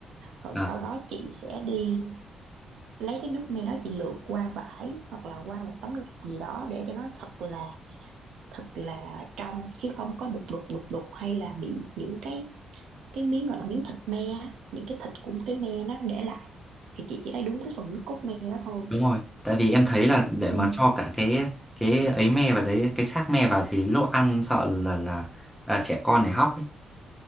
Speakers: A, on the right; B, in the centre.
A: rồi
B: à
A: sau đó chị sẽ đi lấy cái nước me đó chị lượt qua vải hoặc là qua một tấm lọc gì đó để cho nó thật là thật là trong chứ không có đục đục đục đục hay là bị những cái cái miếng gọi là miếng thịt me những cái thịt của cái me nó để lại thì chị chỉ lấy đúng cái phần nước cốt me đó thôi
B: đúng rồi tại vì em thấy là để
A: ừ.
B: mà cho cả cái cái ấy me vào đấy cái xác me vào thì lúc ăn sợ là là, là trẻ con này hóc ấy